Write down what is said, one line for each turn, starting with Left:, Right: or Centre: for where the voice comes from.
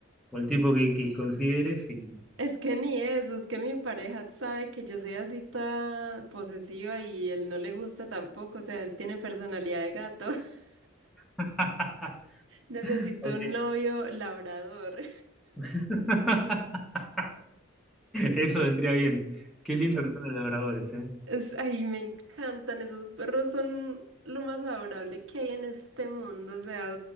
Centre: o el tipo que, que consideres y...
Right: es que ni eso, es que mi pareja sabe que yo soy así toda posesiva y él no le gusta tampoco, o sea, él tiene personalidad de gato. <laughs>
Centre: <laughs>
Right: Necesito
Centre: Ok.
Right: un novio labrador.
Centre: <laughs> Eso vendría bien. Qué lindo que son los labradores, ¿eh?
Right: Es, ay, me encantan, esos perros son lo más adorable que hay en este mundo, o sea,